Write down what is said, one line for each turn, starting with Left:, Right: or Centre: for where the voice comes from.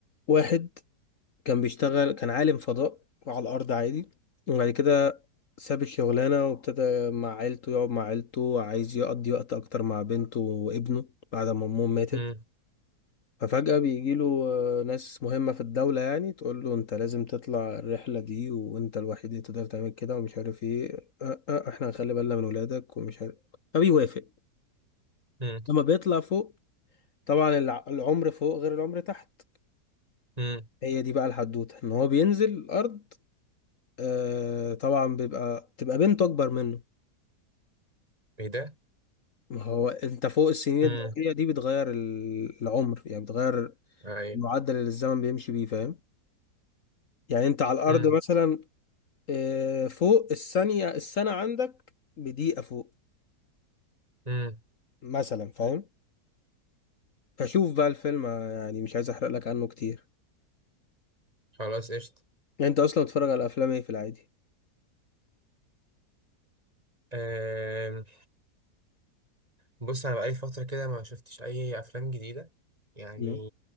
Left: واحد كان بيشتغل كان عالم فضاء على الأرض عادي وبعد كده ساب الشغلانة وابتدى مع عيلته يقعد مع عيلته عايز يقضي وقت أكتر مع بنته وابنه بعد ما أمهم ماتت
Right: امم
Left: ففجأة بيجيله آه، ناس مهمة في الدولة يعني تقول له أنت لازم تطلع الرحلة دي وأنت الوحيد اللي تقدر تعمل كده ومش عارف إيه أه أه إحنا هنخلي بالنا من ولادك ومش عارف فبيوافق
Right: امم
Left: لما بيطلع فوق طبعا الع- العمر فوق غير العمر تحت
Right: امم
Left: هي دي بقى الحدوتة إن هو بينزل الأرض آه طبعا بيبقى تبقى بنته اكبر منه
Right: ايه ده
Left: ما هو انت فوق السنين
Right: امم
Left: الضوئية دي بتغير ال- العمر يعني بتغير
Right: ايوه
Left: المعدل اللي الزمن بيمشي بيه فاهم يعني انت على الارض
Right: امم
Left: مثلا آه فوق الثانية السنة عندك بدقيقة فوق
Right: امم
Left: مثلا فاهم فشوف بقى الفيلم آه، يعني مش عايز احرق لك عنه كتير
Right: خلاص قشطه
Left: يعني انت اصلا بتتفرج على افلام ايه في العادي
Right: أم، بص انا بقالي فتره كده ما شفتش اي افلام جديده يعني
Left: مم.